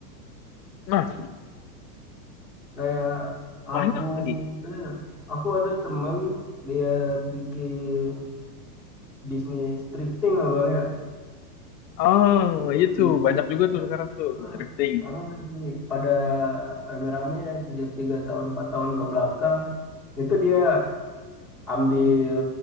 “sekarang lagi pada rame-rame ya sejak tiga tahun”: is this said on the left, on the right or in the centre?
Centre